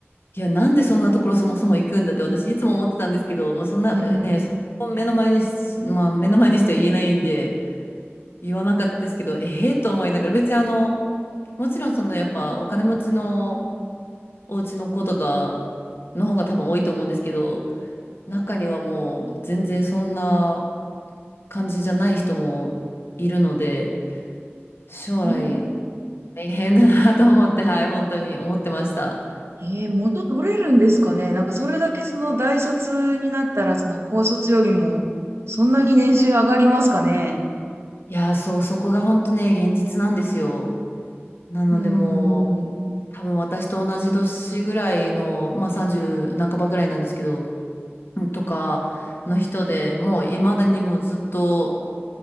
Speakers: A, on the left; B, on the right.
A: いや、なんでそんなところそもそも行くんだって私いつも思ってたんですけど、もうそんなね、
B: うんうん。
A: その目の前にし、まあ目の前にしては言えないんで、言わなかったですけど、ええと思いながら、別にあの、もちろんそのやっぱお金持ちのお家の子とかの方が多分多いと思うんですけど、中にはもう全然そんな感じじゃない人もいるので、将来
B: えー、
A: 大変だなと思って、はい、本当に思ってました。
B: えー元取れるんですかね。なんかそれだけその大卒になったら、その高卒よりも、そんなに年収上がりますかね。
A: いやー、そう、そこが本当ね、現実なんですよ。なのでもう、
B: うーん。
A: 多分私と同じ年ぐらいの、まあ30半ばぐらいなんですけど、うんとかの人でもう未だにもうずっと、